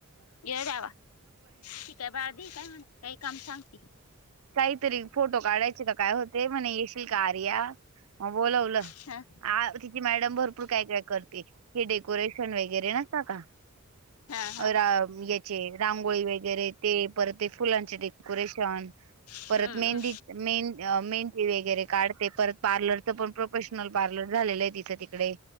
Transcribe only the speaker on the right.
कायतरी फोटो काढायचे का काय होते म्हणे येशील का आर्या मग बोलवलं
आ तिची मॅडम भरपूर काय काय करते हे डेकोरेशन वगैरे नसता काय.
रा याचे रांगोळी वगैरे ते परते फुलांचे डेकोरेशन
परत मेहंदी
मे मेहेंदी वगैरे काढते परत पार्लरचं पण प्रोफेशनल पार्लर झालेलं आहे तिच तिकडे